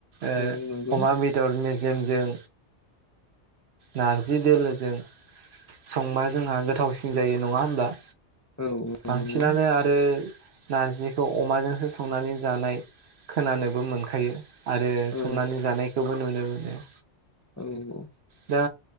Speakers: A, on the right; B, on the left.
A: ओ
B: औ नंगौ
A: अमा बे दर मेजेमजों नारजि दोलोजों संबा जोंहा गोथावसिन जायो नङा होमब्ला
B: औ औ
A: बांसिनानो
B: नंगौ
A: आरो नारजिखौ अमाजोंसो संनानै जानाय खोनानोबो मोनखायो आरो
B: औ
A: संनानै जानायखौबो नुनो मोनो।
B: औ औ
A: दा